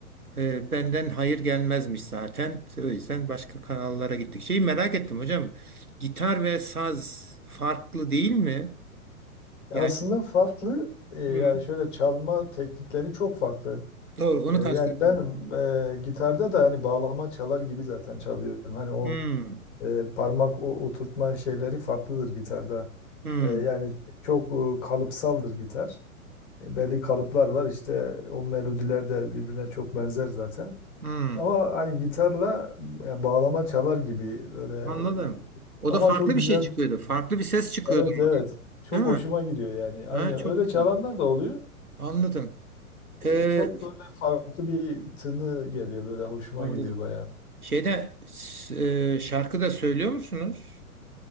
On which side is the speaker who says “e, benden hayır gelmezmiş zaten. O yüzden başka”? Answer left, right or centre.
Right